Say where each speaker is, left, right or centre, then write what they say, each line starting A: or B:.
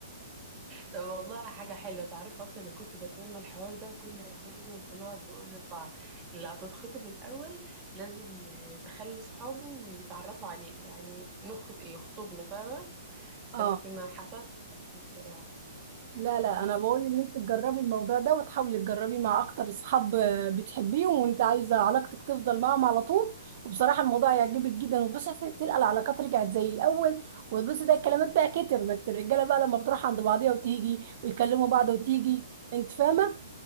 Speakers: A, on the right (about 25°); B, on the right (about 50°).
A: طب والله حاجة حلوة تعرفي أصلا أنا كنت بتمنى الحوار ده وكنا دايما بنقعد نقول لبعض اللي هتتخطب الأول لازم آه، تخلي صحابه ويتعرفوا عليه يعني نخط إيه يخطبنا فاهمة
B: اه
A: بس ما حصلش خالص الصراع
B: لا لا انا بقول ان انت تجربي الموضوع ده وتحاولي تجربيه مع اكتر اصحاب آه، بتحبيهم وانت عايزه علاقتك تفضل معاهم على طول وبصراحه الموضوع هيعجبك جدا وتبصي هت- تلقى العلاقات رجعت زي الاول وتبصي ده الكلمات بقى كتر ما الت- الرجاله بقى لما بتروح عند بعضيها وتيجي ويكلموا بعض وتيجي انت فاهمه